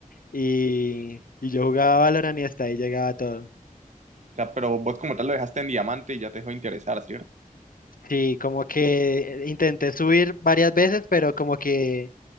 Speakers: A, on the left; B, on the right.
A: y, y yo jugaba Valorant y hasta ahí llegaba todo.
B: O sea, pero vos como tal lo dejaste en diamante y ya te dejó de interesar, ¿cierto?
A: Sí, como que intenté subir varias veces, pero como que